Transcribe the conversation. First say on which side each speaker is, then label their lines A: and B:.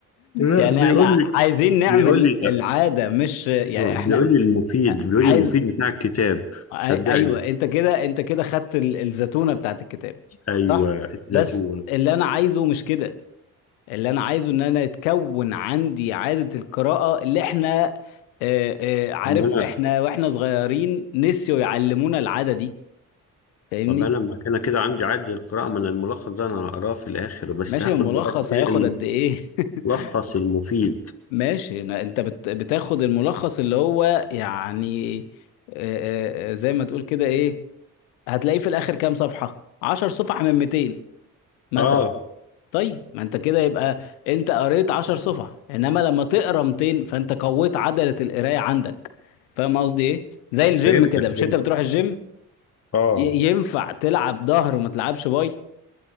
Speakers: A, on the left (about 35°); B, on the left (about 70°).
A: لا
B: يعني
A: بيقول
B: احنا
A: لي
B: عايزين نعمل
A: بيقول لي لا
B: العادة مش يعني
A: آه،
B: احنا
A: بيقول لي المفيد بيقول
B: عايز
A: لي المفيد بتاع الكتاب
B: أي-
A: صدقني
B: ايوه انت كده انت كده خدت ال- الزتونة بتاعت الكتاب
A: ايوه
B: صح
A: الزيتون
B: بس اللي انا عايزه مش كده اللي انا عايزه ان انا يتكون عندي عادة القراءة اللي احنا آه، آه، عارف
A: ان انا
B: احنا واحنا صغيرين نسيوا يعلمونا العادة دي فاهمني
A: طب انا لما كان كده عندي عد القراءه من الملخص ده انا هقراه في الاخر بس
B: ماشي
A: هاخد
B: الملخص
A: بقى ايه
B: هياخد قد ايه <laughs>
A: الملخص المفيد
B: ماشي أنا- انت بت- بتاخد الملخص اللي هو يعني آه، آه، آه، زي ما تقول كده إيه؟ هتلاقيه في الاخر كام صفحة 10 صفح من 200 مثلا
A: اه
B: طيب ما انت كده يبقى انت قريت 10 صفح انما لما تقرا 200 فانت قويت عضلة القراية عندك فاهم قصدي ايه زي الجيم
A: فهمتك
B: كده مش
A: فهمت
B: انت بتروح الجيم
A: اه
B: ي- ينفع تلعب ظهر وما تلعبش باي